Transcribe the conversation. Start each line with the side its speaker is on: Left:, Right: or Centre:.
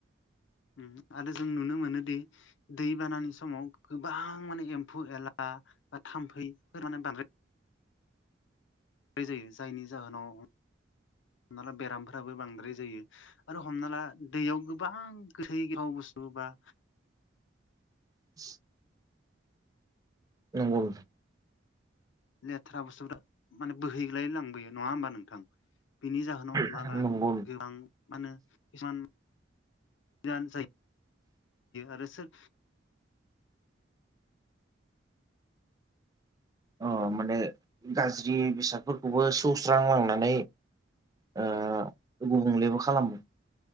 Left: उम आरो जों नुनो मोनोदि दै बानानि समाव गोबां माने एम्फौ एला बा थाम्फैफोर माने बांद्राय जायो जायनि जाहोनाव हमना ला बेरामफोराबो बांद्राय जायो, आरो हमना ला दैयाव गोबां गोथै गोथाव बुस्थु बा
Right: <unintelligible> नंगौ।
Left: लेथ्रा बुस्थुफ्रा माने बोहैग्लाय लांबोयो, नङा होमबा नोंथां। बिनि जाहोनाव हमना
Right: नंगौ
Left: ला गोबां मानो किसुमानद जायो। आरोसोल
Right: अ माने गाज्रि बेसादफोरखौबो सौस्रांलांनानै ओ गुबुंलेबो खालामो